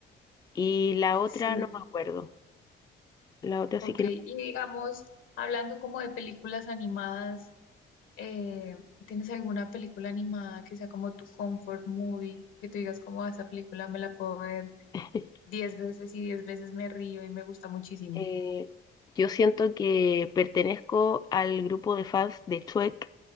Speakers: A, on the left; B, on the left.
A: Y la otra
B: Sí,
A: no me acuerdo. La otra
B: ok.
A: sí que no.
B: Y digamos, hablando como de películas animadas. eh, ¿tienes alguna película animada que sea como tu comfort movie? Que tú digas como "Ah, esta película me la puedo ver
A: <laughs>
B: 10 veces y 10 veces me río y me gusta muchísimo.
A: Eh, yo siento que pertenezco al grupo de fans de Shrek.